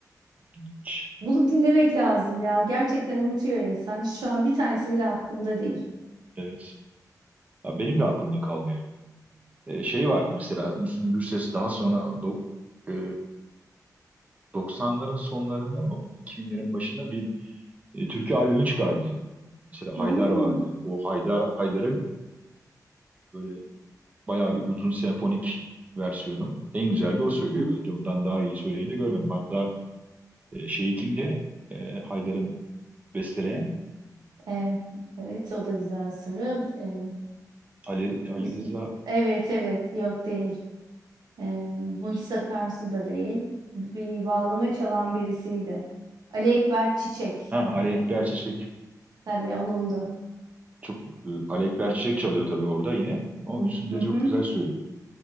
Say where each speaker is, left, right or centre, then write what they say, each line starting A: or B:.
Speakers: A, on the right; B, on the right.
A: İlginç.
B: Bulup dinlemek lazım ya. Gerçekten unutuyor insan. Şu an bir tanesi bile aklımda değil.
A: Evet. Ya benim de aklımda kalmıyor. E, şey vardı mesela Müslüm Gürses daha sonra do- e, 90'ların sonlarında mı 2000'lerin başında bir e, türkü albümü çıkardı yine. Mesela
B: Hmm.
A: Haydar vardı. O Haydar Haydar'ın böyle bayağı bir uzun senfonik versiyonu. En güzel de o söylüyor
B: Hmm.
A: bence. Ondan daha iyi söyleyeni de görmedim. Hatta e, şeyi kimde? E, Haydar'ın besteleyen
B: E, evet o da güzel soru. E,
A: Ali, Ali
B: uz-
A: Rıza
B: evet evet yok değil. Ee, Muhlis Akarsu da değil. Bir bağlama çalan birisiydi. Ali Ekber Çiçek.
A: ha, Ali Ekber Çiçek.
B: Tabii onundu.
A: Çok e, Ali Ekber Çiçek çalıyor tabii orada yine. Ama üstünde
B: Hı hı.
A: çok güzel söylüyor.